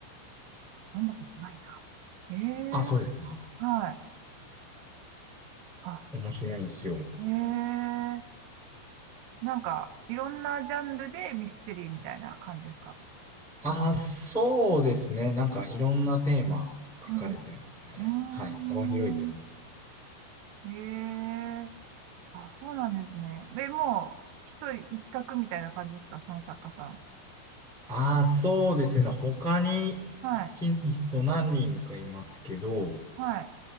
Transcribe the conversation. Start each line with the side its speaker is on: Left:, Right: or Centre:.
Right: 飲んだことないな。え
Centre: あ、そうですか。
Right: えはい。あ、
Centre: 面白いんですよ。
Right: ええなんか、いろんなジャンルでミステリーみたいな感じですか
Centre: あ、そうですね。なんかいろんなテーマ書かれてますね。
Right: うん。うーん。
Centre: はい。幅広いと思う。
Right: ええあ、そうなんですね。で、もう、一人一択みたいな感じですかその作家さん。
Centre: ああ、そうですね。他に好きな人何人かいますけど、
Right: はい。は